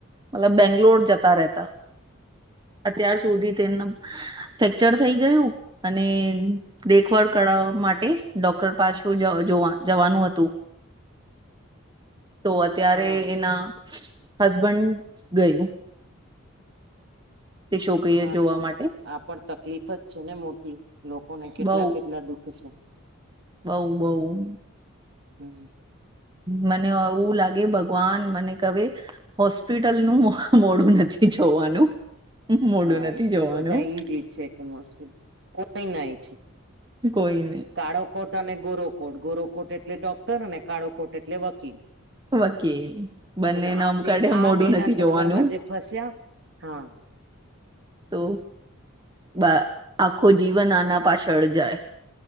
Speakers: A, on the right; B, on the right.
A: મતલબ બેંગ્લોર જતા રહેતા. અત્યાર સુધી તેનું ફેક્ચર થઈ ગયું, અને દેખભળ કરવા માટે ડોક્ટર પાછ જોવા જવાનું હતું. તો અત્યારે
B: હા
A: એના હસબન્ડ ગયું. તે છોકરીએ
B: હા
A: જોવા
B: તો
A: માટે.
B: આ પણ તકલીફ જ છે ને મોટી લોકોને કેટલા
A: બઉ
B: કેટલા દુખ છે.
A: બઉ બઉ.
B: હમ્મ.
A: મને એવું લાગે ભગવાન મને કહે હોસ્પિટલનું મોડું નથી જોવાનું. મોડું
B: હા
A: નથી
B: એ તો
A: જોવાનું
B: બધા એજ છે કે મોસમી કોઈ ના છે.
A: કોઈ.
B: કાળોકોટ અને ગોરોકોટ ગોરોકોટ એટલે ડોક્ટર અને કાળોકોટ એટલે વકીલ.
A: વકીલ બંને
B: અને
A: નામ
B: આ બે
A: કાઢે
B: આ
A: મોઢું
B: બે ના
A: નથી
B: ચક્કર
A: જોવાનું
B: માં જે ફસ્યા. હા.
A: તો આખો જીવન આના પાછળ જાય.